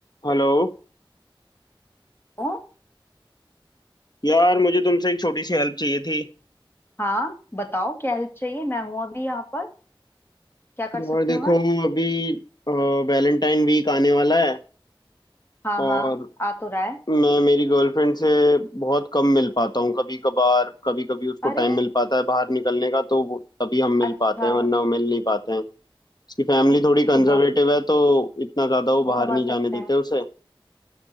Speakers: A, on the left; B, on the left.
A: Hello
B: हूँ।
A: यार मुझे तुमसे एक छोटी सी हेल्प चाहिए थी
B: हाँ बताओ क्या हेल्प चाहिए मैं हूँ अभी यहाँ पर क्या कर
A: यार
B: सकती
A: देखो
B: हूँ मैं
A: अभी वैलेंटाइन वीक आने वाला है
B: हाँ
A: और
B: हाँ आ तो रहा है
A: मैं मेरी गर्लफ्रेंड से बहुत कम मिल पाता हूँ कभी कभार कभी कभी उसको
B: अरे
A: टाइम मिल पाता है बाहर निकलने का तो वो- तभी हम मिल
B: अच्छा
A: पाते हैं वरना वो मिल नहीं पाते हैं उसकी फैमिली थोड़ी
B: ये
A: कंजर्वेटिव
B: तो बहुत
A: है तो इतना ज़्यादा वो बाहर
B: समझ
A: नहीं
B: सकते
A: जाने देते
B: हैं
A: उसे